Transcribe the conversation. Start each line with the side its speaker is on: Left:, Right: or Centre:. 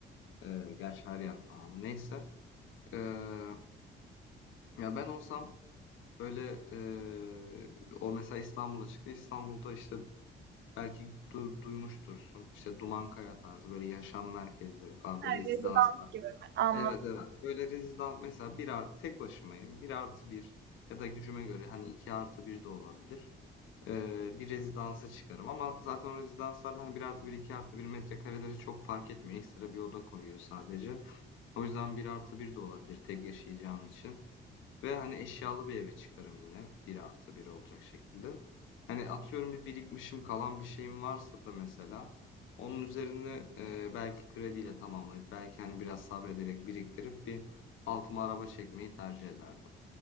Left: Eee, gerçi her yer pahalı. Neyse. Eee, ya ben olsam öyle eee, o mesela İstanbul'a çıktı. İstanbul'da işte belki du- duymuştursun. İşte Dumankaya tarzı böyle yaşam merkezleri falan
Right: Ha,
Left: böyle
Right: rezidans
Left: rezidanslar
Right: gibi mi? Anladım.
Left: Evet evet. Böyle rezidans mesela bir art, tek başımayım. Bir artı bir ya da gücüme göre hani iki artı bir de olabilir. Ee, bir rezidansa çıkarım. Ama zaten o rezidanslarda hani bir artı bir iki artı bir metrekareleri çok fark etmiyor. Ekstra bir oda koyuyor sadece. O yüzden bir artı bir de olabilir tek yaşayacağım için. Ve hani eşyalı bir eve çıkarım yine. Bir artı bir olacak şekilde. Hani atıyorum bir birikmişim kalan bir şeyim varsa da mesela onun üzerine e, belki krediyle tamamlayıp belki hani biraz sabrederek biriktirip bir altıma araba çekmeyi tercih ederdim.